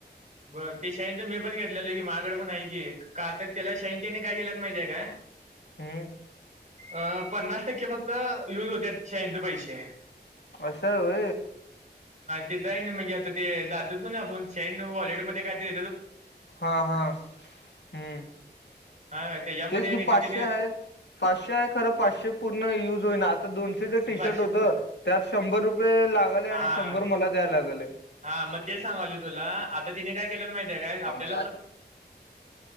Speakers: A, on the right; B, on the left.
A: बरं ते शाहींचं मी पण घेतले की माझ्याडडे पण आहे की का आता त्याला शयंकने काय दिलात माहितीे का
B: हम्म
A: अ पन्नास टक्के फक्त युज होत शहींचे पैसे
B: असं हो
A: तेथ आहे म्हणजे आता ते जातच कोण आपण श वॉलेटमध्ये काय त्या
B: हा हा हम्म
A: हा त्याच्यामध्ये
B: तेच की
A: आणि इथं
B: पाचशे
A: तिने
B: आहेत पाचशे आहे खरं पाचशे पूर्ण युज होईना आता दोनशेच टी
A: पाचशे
B: शर्ट होत त्यात शंभर रुपये लागले
A: हा
B: आणि शंभर मला द्याय लागलय
A: हा मग ते सांगाले तुला आता तिने काय केलं माहितीय आहे काय आपल्या
B: हम्